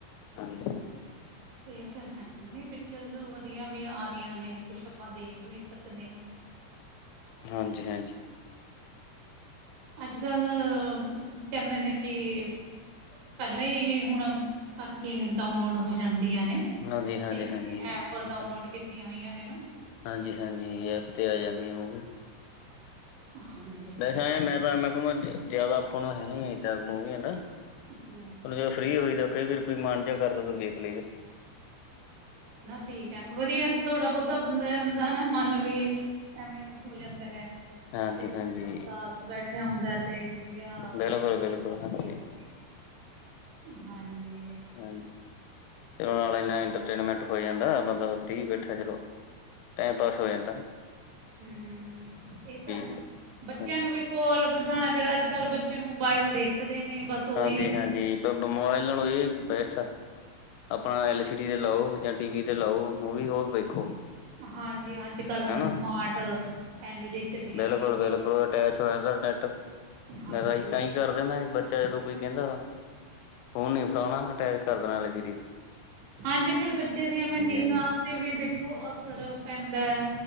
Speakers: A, on the left; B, on the right.
A: ਹਾਂਜੀ
B: ਇਹ ਤਾਂ ਹੈ ਨਹੀਂ ਪਿਕਚਰਸ ਵਧੀਆ ਵੀ ਆ ਰਹੀਆਂ ਨੇ ਕੁੱਛ ਆਪਾਂ ਦੇਖ ਵੀ ਸਕਦੇ ਹਾਂ
A: ਹਾਂਜੀ ਹਾਂਜੀ
B: ਅੱਜ ਕੱਲ ਕਹਿੰਦੇ ਨੇ ਕਿ ਪਹਿਲਾਂ ਹੀ ਹੁਣ ਕਰਕੇ ਡਾਊਨਲੋਡ ਹੋ ਜਾਂਦੀਆਂ ਨੇ
A: ਹਾਂਜੀ ਹਾਂਜੀ
B: ਕਈਆਂ
A: ਹਾਂਜੀ
B: ਨੇ ਐਪ ਡਾਊਨਲੋਡ ਕੀਤੀਆਂ ਹੋਈਆਂ ਨੇ ਨਾ
A: ਹਾਂਜੀ ਹਾਂਜੀ ਐਪ ਤੇ ਆ ਜਾਂਦੀਆਂ ਮੂਵੀ
B: ਹਾਂਜੀ
A: ਵੈਸੇ <unintelligible> ਐਵੇਂ ਜਿਆਦਾ ਆਪਾਂ ਨੂੰ ਹੈਨੀ ਇਦਾਂ ਮੂਵੀਆਂ ਦਾ
B: ਹਮ
A: ਹੁਣ ਜਦੋਂ ਫਰੀ ਹੋਈਦਾ ਕਈ ਵਾਰੀ ਕੋਈ ਮਨ ਜਿਹਾ ਕਰਦਾ ਵੇਖ ਲਈਦਾ
B: ਨਾ ਠੀਕ ਹੈ ਵਧੀਆ ਥੋੜ੍ਹਾ ਬਹੁਤਾ ਬੰਦਾ ਦਾ ਨਾ ਮਨ ਵੀ ਐਵੇਂ ਹੋ ਜਾਂਦਾ ਹੈ
A: ਹਾਂਜੀ
B: ਚਲੋ
A: ਹਾਂਜੀ
B: ਬੰਦਾ <unintelligible> ਚ ਬੈਠਿਆਂ ਹੁੰਦਾ ਤੇ <unintelligible>
A: ਬਿਲਕੁਲ ਬਿਲਕੁਲ ਹਾਂਜੀ
B: ਹਾਂਜੀ।
A: ਹਾਂਜੀ ਚਲੋ ਨਾਲ ਏਨਾ ਇੰਟਰਟੇਨਮੈਂਟ ਹੋ ਜਾਂਦਾ ਬੰਦਾ ਫਰੀ ਬੈਠਾ ਚਲੋ। ਟੈਮ ਪਾਸ ਹੋ ਜਾਂਦਾ ਨਾ।
B: ਹੂੰ- ਹੂੰ ਇਹ ਤਾਂ ਹੈ,
A: ਹੁੰਦਾ
B: ਬੱਚਿਆਂ
A: ਹਾਂਜੀ
B: ਨੂੰ ਵੀ ਕੋਲ ਬਿਠਾਣਾ ਚਾਈਦਾ, ਅੱਜ ਕੱਲ ਬੱਚੇ ਮੋਬਾਇਲ ਦੇਖਦੇ ਨੇ ਬਸ। ਉਹੀ
A: ਹਾਂਜੀ- ਹਾਂਜੀ ਤੇ ਬਮ ਮੋਬਾਇਲ ਨਾਲੋਂ ਇਹ ਬੈਸਟ ਆ। ਆਪਣਾ ਐਲ ਸੀ ਡੀ ਲਓ, ਜਾਂ ਟੀ ਵੀ ਤੇ ਲਾਓ ਮੂਵੀ ਉਹ ਵੇਖੋ।
B: ਹਾਂਜੀ ਹਾਂ ਅੱਜ ਕੱਲ ਹੁਣ
A: ਹਨਾ
B: ਸਮਾਰਟ ਐੱਲ ਈ ਡੀ। ਚੱਲੀਆਂ
A: ਬਿਲਕੁਲ-
B: ਹੋਈਆਂ
A: ਬਿਲਕੁਲ
B: ਨੇ
A: ਅਟੈਚ ਹੋ ਜਾਂਦਾ ਨੈੱਟ,
B: ਹਾਂਜੀ
A: ਮੈਂ ਤਾਂ ਅਹੀ ਤਾਂ ਐ ਈ ਕਰ ਦੇ ਬੱ ਚਾ ਜਦੋਂ ਕੋਈ ਕਹਿੰਦਾ ਵਾ, ਫ਼ੋਨ ਨੀ ਫੜਾਣਾ ਅਟੈਚ ਕਰ ਦੇਣਾ ਐੱਲ ਸੀ ਡੀ ਚ।
B: ਹਾਂਜੀ, ਫਿਰ ਬੱਚਿਆਂ ਦੀ ਐਵੇਂ ਨਿੱਗਾ
A: ਹਾਂਜੀ
B: ਤੇ ਵੀ ਦੇਖੋ ਅਸਰ ਪੈਂਦਾ ਐ।